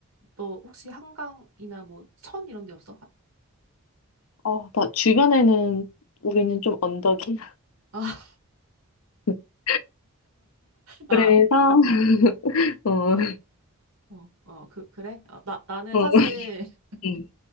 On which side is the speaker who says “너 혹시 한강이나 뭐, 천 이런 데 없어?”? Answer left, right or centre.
Right